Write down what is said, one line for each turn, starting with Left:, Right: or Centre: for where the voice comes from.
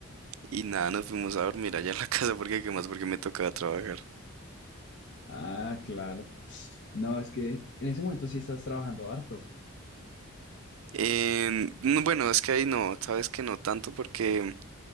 Right: Y nada, nos fuimos a dormir allá en la <laughs> casa porque, ¿qué más? Porque me tocaba trabajar.
Left: Ah, claro. No, es que en ese momento sí estás trabajando harto.
Right: Eh, no, bueno, es que ahí no, sabes que no tanto porque